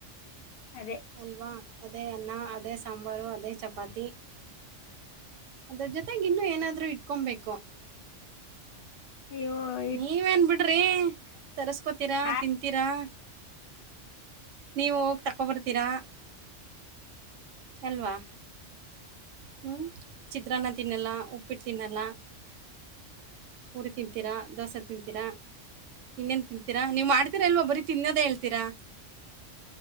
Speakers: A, on the left; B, on the right.
A: ಅದೇ
B: ಅಲ್ವಾ ಅದೇ ಅನ್ನ ಅದೇ ಸಾಂಬಾರು ಅದೇ ಚಪಾತಿ ಅದ್ರ ಜೊತೆಗೆ ಇನ್ನು ಏನಾದ್ರು ಇಟ್ಕೊಬೇಕು
A: ಹವ <inaudible>
B: ನೀವೇನ್ ಬಿಡ್ರಿ ತರ್ಸ್ಕೋತೀರಾ
A: ಆ
B: ತಿಂತೀರಾ ನೀವು ಹೋಗಿ ತಕೊಬರ್ತೀರಾ ಅಲ್ವಾ ಹ್ಮ್ ಚಿತ್ರಾನ್ನ ತಿನ್ನಲ್ಲ ಉಪ್ಪಿಟ್ಟು ತಿನ್ನಲ್ಲ ಊರಿ ತಿಂತೀರಾ ದೋಸೆ ತಿಂತೀರಾ ಇನ್ನೇನ್ ತಿಂತೀರಾ ನೀವು ಮಾಡ್ತೀರಾ ಇಲ್ವಾ ಬರೀ ತಿನ್ನೋದೇ ಹೇಳ್ತೀರಾ